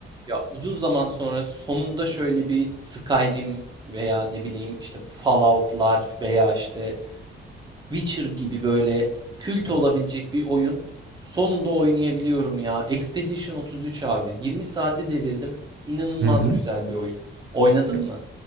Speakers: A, on the right; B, on the right.
A: Ya uzun zaman sonra sonunda şöyle bir Skyrim veya ne bileyim işte Fallout'lar veya işte Witcher gibi böyle kült olabilecek bir oyun sonunda oynayabiliyorum ya. Expedition 33 abi. 20 saati devirdim. İnanılmaz
B: Hı hı.
A: güzel bir oyun. Oynadın
B: Ya
A: mı?